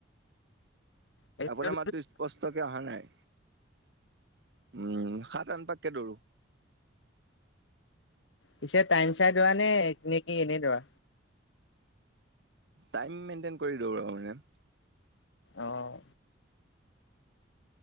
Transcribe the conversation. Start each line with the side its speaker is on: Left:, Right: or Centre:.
Left: ভৰিৰে
Right: আপোনাৰ মাতো স্পষ্টকে অহা নাই। উম সাত আঠ পাককে দৌৰো।
Left: পিছে টাইম চাই দৌৰা নে নে কি এনেই দৌৰা।
Right: টাইম মেইনটেইন কৰি দৌৰো বাৰু মানে।
Left: অহ